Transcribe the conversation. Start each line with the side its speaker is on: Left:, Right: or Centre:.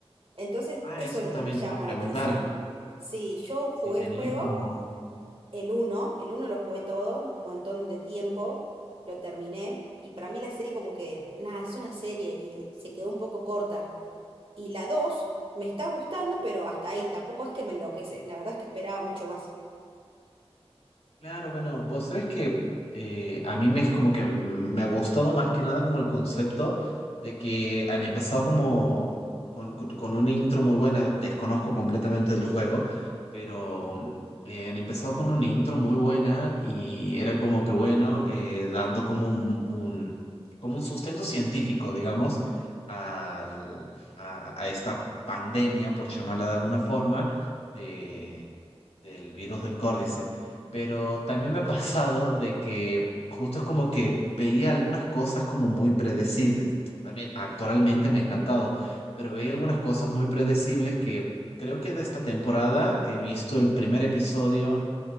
Right: Entonces
Left: Ah,
Right: eso
Left: eso
Right: es lo
Left: también
Right: que me llama
Left: te iba a preguntar,
Right: la atención. Sí, yo jugué
Left: si tenías
Right: el juego,
Left: como
Right: el uno, el uno lo jugué todo, un montón de tiempo, lo terminé. Y para mí la serie como que, nada, es una serie y se quedó un poco corta. Y la 2 me está gustando, pero hasta ahí, tampoco es que me enloquece. La verdad es que esperaba mucho más.
Left: Claro, bueno, vos sabés que eh, a mí me es como que me ha gustado más que nada como el concepto de que han empezado como con, con- con una intro muy buena, desconozco completamente del juego, pero mm, eh, han empezado con una intro muy buena y era como que bueno, eh, dando como un, un- como un sustento científico, digamos, al- a, a esta pandemia, por llamarla de alguna forma, de, del virus del Córdice pero también me ha pasado de que justo es como que veía algunas cosas como muy predecibles. También actualmente me ha encantado, pero veía algunas cosas muy predecibles que creo que de esta temporada he visto el primer episodio